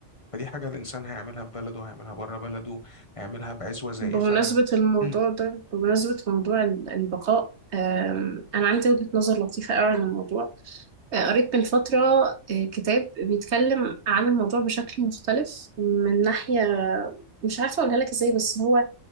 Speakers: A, on the left (about 25°); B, on the right (about 60°).
A: فدي حاجة الإنسان هيعملها في بلده هيعملها بره بلده هيعملها بعزوة زائفة
B: بمناسبة الموضوع
A: مم.
B: ده بمناسبة موضوع ال- البقاء آم، أنا عندي وجهة نظر لطيفة قوي عن الموضوع آه، قريت من فترة آه، كتاب بيتكلم عن الموضوع بشكل مختلف من ناحية مش عارفة أقولها لك إزاي بس هو